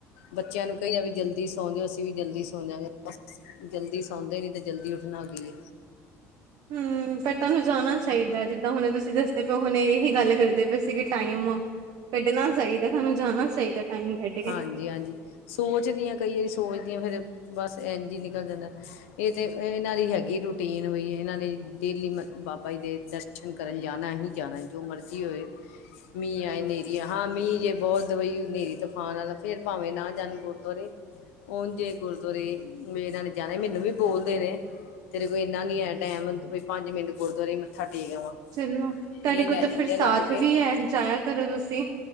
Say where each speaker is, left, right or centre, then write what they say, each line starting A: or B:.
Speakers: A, on the left (about 85°); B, on the right (about 60°).
A: ਬੱਚਿਆਂ ਨੂੰ ਕਹਿਆ ਵੀ ਜਲਦੀ ਸੌਂਜੋ, ਅਸੀਂ ਵੀ ਜਲਦੀ ਸੌ ਜਾਂਗੇ ਜਲਦੀ ਸੌਂਦੇ ਨੀ ਤੇ ਜਲਦੀ ਉੱਠਣਾ ਕੀਏ।
B: ਹੁੰ ਪੈ ਤੁਆਨੂੰ ਜਾਣਾ ਚਾਈਦੈ ਜਿੱਦਾਂ ਹੁਨੇ ਤੁਸੀਂ ਦੱਸਦੇ ਪਏ ਹੁਨੇ ਏਹੀ ਗੱਲ ਕਰਦੇ ਪਏ ਸੀ ਕਿ ਟਾਈਮ ਕੱਢਣਾ ਚਾਈਦਾ ਤੁਹਾਨੂੰ ਜਾਨਾ ਚਾਈਦਾ ਟਾਈਮ ਕੱਢ ਕੇ।
A: ਹਾਂਜੀ ਹਾਂਜੀ ਸੋਚਦੀਆਂ ਕਈ ਵਾਰੀ ਸੋਚਦੀਆਂ ਫੇਰ ਬਸ ਏੰਝ ਈ ਨਿਕਲ ਜਾਂਦਾ ਏ ਤੇ ਇਨਾਂ ਦੀ ਹੈਗੀ ਰੂਟੀਨ ਵੀ ਏਨਾਂ ਨੇ ਡੇਲੀ ਬਾਬਾ ਜੀ ਦੇ ਦਰਸ਼ਨ ਕਰਨ ਜਾਨਾ ਹੀ ਜਨਾ ਏ ਜੋ ਮਰਜ਼ੀ ਹੋਏ। ਮੀਂ ਆਏ ਨੇਰੀ, ਆ ਹਾਂ ਮੀਂਹ ਜੇ ਬੋਤ ਵਈ ਹਨੇਰੀ ਤੂਫਾਨ ਆਲਾ ਫੇਰ ਭਾਵਾ ਨਾ ਜਾਨ ਗੁਰਦੁਆਰੇ। ੳਂਜ ਜੇ ਗੁਰਦੁਆਰੇ ਵੀ ਇਨਾਂ ਨੇ ਜਾਣੇ, ਮੈਨੂੰ ਵੀ ਬੋਲਦੇ ਨੇ। ਤੇਰੇ ਕੋ ਇਨਾ ਨੀ ਹੈ ਟੈਮ ਵੀ ਪੰਜ ਮਿੰਟ ਗੁਰਦੁਆਰੇ ਮੱਥਾ ਟੇਕ ਆਵਾਂ।
B: ਚਲੋ ਤੁਹਾਡੇ
A: ਇਹ
B: ਕੋਲ
A: ਲੈ
B: ਤਾਂ
A: ਜਾਂਦੇ
B: ਫਿਰ ਸਾਥ
A: ਆ ਲੜ ਕੇ
B: ਵੀ ਹੈ ਜਾਇਆ ਕਰੋ ਤੁਸੀਂ।